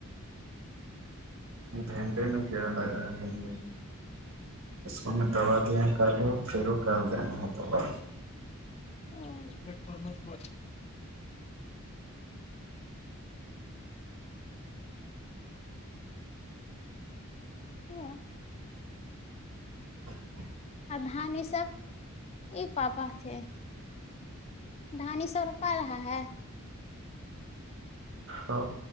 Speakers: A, on the right; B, on the left.
A: گھنٹے میں کھیل لگ رہا تمو اس کو میں دوا دیا کالو پھر وہ کال دینا ہے دوا
B: ہاں فمت بے ہ
A: ا
B: دان یہ سب ایک پاپا تھے دھانی سب روپا رہا ہے
A: ہ